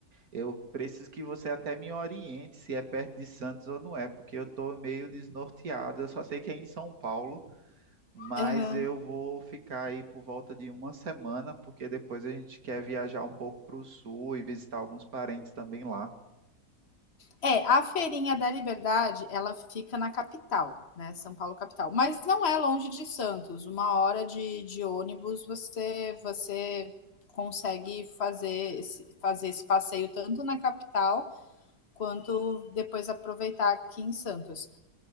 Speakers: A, on the right; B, on the left.
A: eu preciso que você até me oriente se é perto de Santos ou não é, porque eu tô meio desnorteado. Eu só sei que é em São Paulo mas
B: Aham.
A: eu vou ficar aí por volta de uma semana, porque depois a gente quer viajar um pouco para o sul e visitar alguns parentes também lá.
B: É, a Feirinha da Liberdade, ela fica na capital, né? São Paulo capital. Mas não é longe de Santos. Uma hora de, de ônibus você você consegue fazer esse, fazer esse passeio tanto na capital quanto depois aproveitar aqui em Santos.